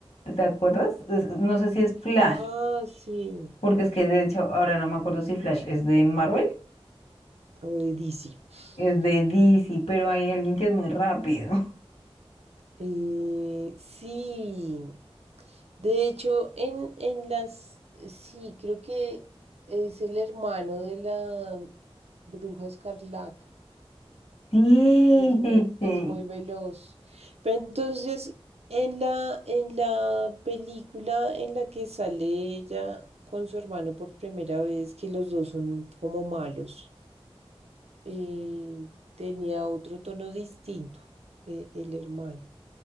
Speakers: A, on the left; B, on the right.
A: ¿te acuerdas? Es- no sé si es Flash,
B: Ah, sí.
A: porque es que de
B: mm,
A: hecho ahora no me acuerdo si Flash es de Marvel,
B: O de DC.
A: es
B: <laughs>
A: de DC, pero hay alguien que es muy rápido. <laughs>
B: Eh, sí. De hecho, en, en las... Sí, creo que es el hermano de la Bruja Escarlata.
A: Sí,
B: Es muy,
A: sí, sí.
B: es muy veloz. Pero entonces, en la, en la película en la que sale ella con su hermano por primera vez, que los dos son como malos, eh, tenía otro tono distinto, eh, el hermano.